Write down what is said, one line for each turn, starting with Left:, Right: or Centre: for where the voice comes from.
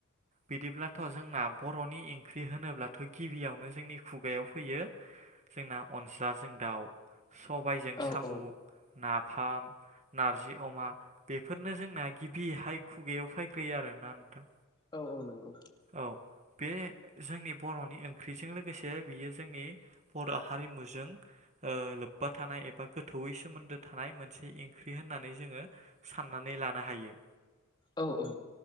Right: बिदिब्लाथ' जोंना बर'नि इंख्रि होनोब्लाथ' गिबियावनो जोंनि खुगायाव फैयो जोंना अनज्लाजों दाउ सबायजों
Left: औ
Right: साम'
Left: औ
Right: नाफाम नारजि अमा बेफोरनो जोंना गिबिहाय खुगायाव फै ग्रोयो आरोना नोंथां?
Left: औ औ नंगौ
Right: औ बे जोंनि बर'नि ओंख्रिजों लोगोसे बियो जोंनि बर' हारिमुजों ओ लोब्बा थानाय एबा गोथौवै सोमोन्दो थानाय मोनसे ओंख्रि होननानै जोंङो साननानै नै लानो हायो।
Left: औ औ